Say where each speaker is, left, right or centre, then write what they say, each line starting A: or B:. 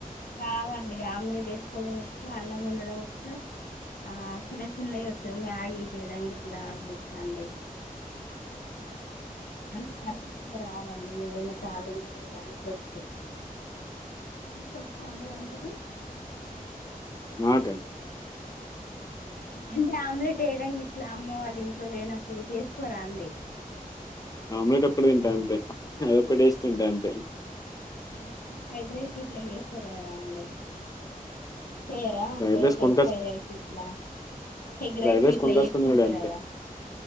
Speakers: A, on the left; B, on the left.
A: రావండి ఆమ్లెట్ ఏసుకోవడం వచ్చు అన్నం వండడం వచ్చు ఆ చిన్న చిన్నవి వచ్చు మ్యాగీ చేయడం గీట్లా వచ్చు అండి అంత పర్ఫెక్ట్గా రావండి ఏదైనా తాలింపు చేయడానికి వచ్చు మీకొచ్చా అండి వంటలు
B: మాట
A: అంటే ఆమ్లెట్ వేయడాం గీట్లా అమ్మ వాళ్ళు ఇంట్లో లేనప్పుడు చేసుకోరా అండి
B: ఆమ్లెట్ ఒక్కటీ తింటా అంతే అదొక్కటేసి తింటా అంతే
A: ఆ అంటే ఫ్రైడ్ రైస్ ఇట్లా జెస్తారు కదా అండి చేయరా
B: ఫ్రైడ్
A: అంటే
B: రైస్ కొనుకాసు
A: ఎగ్ ఫ్రైడ్ రైస్ గిట్ల హెగ్
B: ఫ్రైడ్
A: రైస్ గిట్లా
B: కొనుకాసుకుని
A: చేసుకుంటారు
B: అంతే
A: కదా